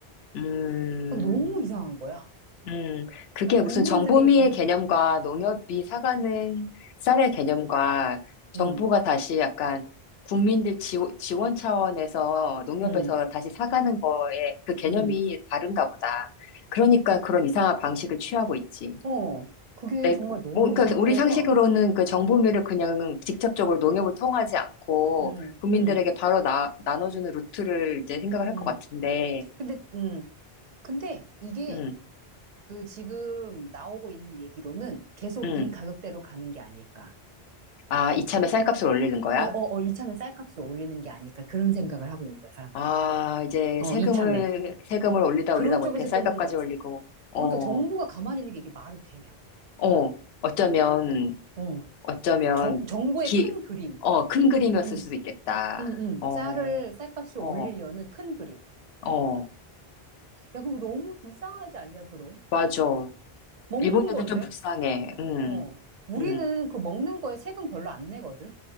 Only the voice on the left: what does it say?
음.
음, 그게
무슨 정보미의
개념과 농협이 사가는 쌀의 개념과 정부가
다시 약간 국민들 지원, 지원 차원에서 농협에서
다시 사가는 거에 그 개념이
다른가 보다. 그러니까
그런 이상한 방식을 취하고 있지.
내,
뭐, 그러니까
우리
상식으로는 그 정보미를 그냥 직접적으로 농협을 통하지 않고
국민들에게
바로 나, 나눠주는 루트를 이제 생각을 할
것 같은데,
음,
음.
아, 이참에 쌀값을 올리는 거야?
아, 이제
세금을,
세금을 올리다
올리다
못해 쌀값까지
올리고, 어,
어, 어쩌면,
어쩌면,
기,
어, 큰 그림이었을
수도 있겠다.
어,
어,
어,
맞아.
일본 애들
좀 불쌍해. 음,
음,